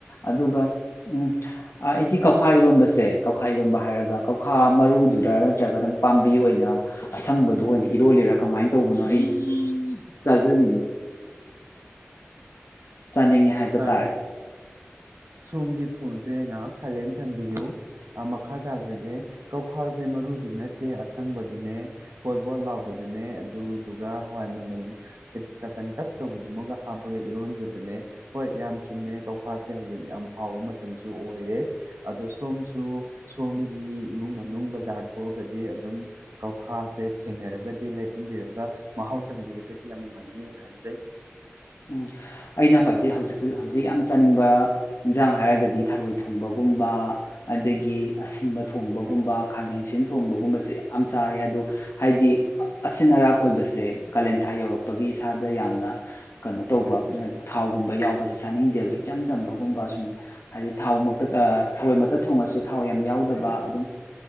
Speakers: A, on the left; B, on the right.
A: ꯑꯗꯨꯒ ꯎꯝ ꯑꯩꯗꯤ ꯀꯧꯈꯥ ꯏꯔꯣꯟꯕꯁꯦ ꯀꯧꯈꯥ ꯏꯔꯣꯟꯕ ꯍꯥꯏꯔꯒ ꯀꯧꯈꯥ ꯃꯔꯨꯗꯨꯗ ꯅꯠꯇ꯭ꯔꯒ ꯑꯗꯨ ꯄꯥꯝꯕꯤ ꯑꯣꯏꯅ ꯑꯁꯪꯕꯗꯨ ꯑꯣꯏꯅ ꯏꯔꯣꯜꯂꯤꯔ ꯀꯃꯥꯏꯅ ꯇꯧꯕꯅꯣ ꯑꯩ ꯆꯖꯅꯤ ꯆꯥꯅꯤꯡꯉꯤ ꯍꯥꯏꯕ
B: ꯑ
A: ꯇꯥꯔꯦ
B: ꯁꯣꯝꯒꯤ ꯐꯣꯟꯁꯦ ꯉꯥꯏꯍꯥꯛ ꯁꯥꯏꯂꯦꯟ ꯊꯝꯕꯤꯌꯨ ꯃꯈꯥ ꯇꯥꯖꯒꯦ ꯀꯧꯈꯥꯁꯦ ꯃꯔꯨꯗꯨ ꯅꯠꯇꯦ ꯑꯁꯪꯕꯗꯨꯅꯦ ꯕꯣꯠ ꯕꯣꯠ ꯂꯥꯎꯕꯗꯨꯅꯦ ꯑꯗꯨꯗꯨꯒ ꯍꯋꯥꯏ ꯃꯪꯒꯟ ꯇꯀꯟ ꯇꯛ ꯇꯧꯕꯗꯨꯃꯒ ꯍꯥꯞꯄꯒ ꯏꯔꯣꯟꯖꯕꯅꯦ ꯍꯣꯏ ꯌꯥꯝ ꯆꯨꯝꯃꯦ ꯀꯧꯈꯦ ꯁ ꯍꯧꯖꯤꯛ ꯌꯥꯝ ꯍꯥꯎꯕ ꯃꯇꯝꯁꯨ ꯑꯣꯏꯌꯦ ꯑꯗꯣ ꯁꯣꯝꯁꯨ ꯁꯣꯝꯒꯤ ꯏꯃꯨꯡ ꯃꯅꯨꯡ ꯕꯖꯥꯔ ꯊꯣꯛꯑꯒꯗꯤ ꯑꯗꯨꯝ ꯀꯧꯈꯥꯁꯦ ꯊꯦꯡꯅꯔꯒꯗꯤ ꯂꯩꯍꯟꯕꯤꯔꯒ ꯃꯍꯥꯎ ꯇꯝꯕꯤꯔꯒꯗꯤ ꯌꯥꯝ ꯅꯨꯡꯉꯥꯏꯅꯦꯅ ꯈꯟꯖꯩ
A: ꯎꯝ ꯑꯩꯅ ꯈ꯭ꯋꯥꯏꯗ ꯍꯧꯖꯤꯛ ꯍꯧꯖꯤꯛ ꯌꯥꯝ ꯆꯥꯅꯤꯡꯕ ꯏꯟꯁꯥꯡ ꯍꯥꯏꯔꯒꯗꯤ ꯊꯔꯣꯏ ꯊꯣꯡꯕꯒꯨꯝꯕ ꯑꯗꯒꯤ ꯑꯁꯤꯟꯕ ꯊꯣꯡꯕꯒꯨꯝꯕ ꯈꯥꯃꯦꯟꯁꯤꯌꯝ ꯊꯣꯡꯕꯒꯨꯝꯕꯁꯦ ꯌꯥꯝ ꯆꯥꯏ ꯑꯗꯣ ꯍꯥꯏꯗꯤ ꯑꯁꯤꯟ ꯑꯔꯥꯛ ꯑꯣꯏꯕꯁꯦ ꯀꯥꯂꯦꯟꯊꯥ ꯌꯧꯔꯛꯄꯒꯤ ꯏꯁꯥꯗ ꯌꯥꯝꯅ ꯀꯅꯣ ꯇꯧꯕ ꯊꯥꯎꯒꯨꯝꯕ ꯌꯥꯎꯕꯁꯦ ꯆꯥꯅꯤꯡꯗꯦꯕ ꯏꯆꯝ ꯆꯝꯕꯒꯨꯝꯕ ꯁꯨꯝ ꯍꯥꯏꯗꯤ ꯊꯥꯎ ꯃꯛꯇ ꯊꯔꯣꯏꯃꯛꯇ ꯊꯣꯡꯉꯁꯨ ꯊꯥꯎ ꯌꯥꯝ ꯌꯥꯎꯗꯕ ꯑꯗꯨꯝ